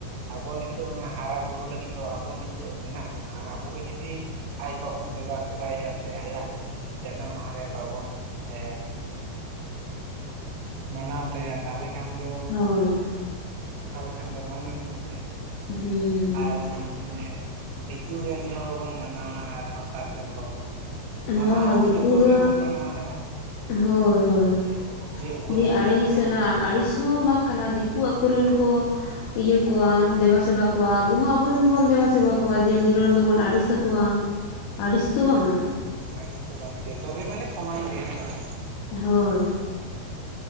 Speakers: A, on the right; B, on the left.
A: ᱟᱵᱚ ᱱᱤᱛᱚᱜ ᱚᱱᱟ ᱦᱟᱨᱟᱼ ᱵᱩᱨᱩ ᱞᱟᱹᱜᱤᱫ ᱫᱚ ᱟᱵᱚ ᱱᱤᱛᱚᱜ ᱢᱮᱱᱟᱜ ᱵᱚᱱᱟ ᱟᱨ ᱟᱵᱚᱜᱮ ᱡᱩᱫᱤ ᱟᱡ ᱵᱟᱵᱚᱱ ᱫᱮᱵᱟ ᱥᱮᱵᱟᱭᱮᱟ ᱥᱮ ᱟᱭᱟᱜ ᱡᱟᱱᱟᱢ ᱢᱟᱦᱟᱮ ᱵᱟᱵᱚᱱ ᱮ ᱢᱟᱱᱟᱣ ᱛᱟᱭᱟ ᱛᱟᱦᱚᱞᱮ ᱠᱷᱟᱱ ᱫᱚ
B: ᱦᱳᱭ
A: ᱚᱱᱠᱟ ᱞᱮᱠᱷᱟᱱ ᱫᱚ ᱵᱟᱝ ᱜᱟᱱᱚᱜᱼᱟ ᱥᱮ
B: ᱦᱩᱸ
A: ᱟᱨ ᱢᱟᱱᱮ ᱫᱤᱠᱩ ᱨᱮᱱ ᱫᱚᱵᱚᱱ ᱢᱟᱱᱟᱣᱟ ᱟᱨ ᱥᱟᱱᱛᱟᱲ ᱨᱮᱱ ᱫᱚ ᱵᱟᱵᱚᱱ ᱢᱟᱱᱟᱣᱟ
B: ᱦᱩᱸ
A: ᱢᱟᱱᱟᱣᱟᱵᱚᱱ
B: ᱦᱚᱸ ᱫᱤᱠᱩ
A: ᱡᱚᱛᱚ
B: ᱫᱚ
A: ᱜᱮᱵᱚᱱ ᱢᱟᱱᱟᱣᱟ ᱦᱮᱸ ᱵᱟᱝ
B: ᱦᱳᱭ ᱦᱳᱭ
A: ᱩᱱᱠᱩ ᱨᱮᱱ
B: ᱡᱮ
A: ᱫᱚ
B: ᱟᱹᱲᱤᱥ
A: ᱢᱟᱱᱟᱣ
B: ᱚᱱᱟ
A: ᱫᱚ
B: ᱟᱲᱤᱥ <unintelligible> ᱵᱟᱝ ᱠᱟᱱᱟ ᱫᱤᱠᱩ ᱟᱠᱚᱨᱮᱱ ᱠᱚ ᱤᱭᱟᱹ ᱠᱚᱣᱟ ᱫᱮᱵᱟ ᱥᱮᱵᱟ ᱠᱚᱣᱟ ᱟᱵᱚ ᱦᱚᱸ ᱟᱵᱚᱨᱮᱱ ᱵᱚᱱ ᱫᱮᱵᱟ ᱥᱮᱵᱟ ᱠᱚᱣᱟ᱾ ᱡᱮ ᱩᱱᱤ ᱨᱚᱲ ᱫᱚᱵᱚᱱ ᱟᱹᱲᱤᱥ ᱟᱠᱚᱣᱟ ᱟᱹᱲᱤᱥ ᱫᱚ ᱵᱟᱝᱼᱟ᱾
A: ᱟᱲᱤᱥ ᱫᱚ ᱵᱟᱝᱟ ᱡᱚᱛᱚ ᱜᱮ ᱢᱟᱱᱮ ᱥᱚᱢᱟᱱ ᱜᱮ ᱦᱮᱸ ᱵᱟᱝ
B: ᱦᱳᱭ